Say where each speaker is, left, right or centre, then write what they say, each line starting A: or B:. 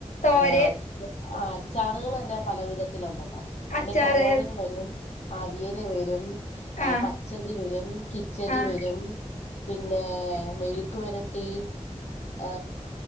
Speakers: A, on the left (about 75°); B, on the left (about 60°).
A: തോരൻ
B: ആഹ് അഹ് അച്ചാറുകൾ തന്നെ പല വിധത്തിലുണ്ടല്ലോ പിന്നെ
A: അച്ചാറ്
B: തോരൻ വരും അവിയാല് വരും
A: ആഹ്
B: പച്ചടി വരും കിച്ചടി
A: ആഹ്
B: വരും പിന്നെ മെഴുക്കിവരട്ടി ഹ